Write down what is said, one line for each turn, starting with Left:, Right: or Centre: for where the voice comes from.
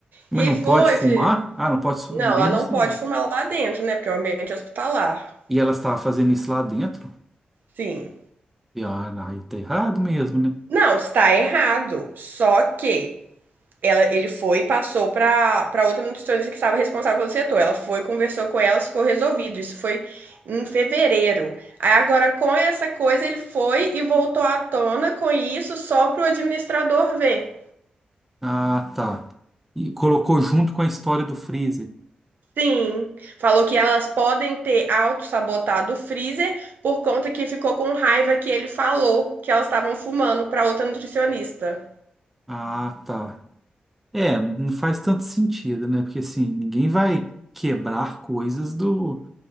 Centre: Mas
Right: E aí
Centre: não
Right: foi,
Centre: pode fumar?
Right: fe-
Centre: Ah, não pode su-
Right: não,
Centre: dentro
Right: ela não
Centre: do civil.
Right: pode fumar lá dentro, né? Porque é um ambiente hospitalar.
Centre: E ela estava fazendo isso lá dentro?
Right: Sim.
Centre: E ah, não, aí tá errado mesmo, né?
Right: Não, está errado. Só que ela, ele foi e passou para para outra nutricionista que estava responsável pelo setor. Ela foi, conversou com ela, ficou resolvido. Isso foi em fevereiro. Aí agora com essa coisa ele foi e voltou à tona com isso só para o administrador ver.
Centre: Ah, tá. E colocou junto com a história do freezer.
Right: Sim, falou que elas podem ter auto-sabotado o freezer por conta que ficou com raiva que ele falou que elas estavam fumando para outra nutricionista.
Centre: Ah, tá. É, não faz tanto sentido, né? Porque assim, ninguém vai quebrar coisas do,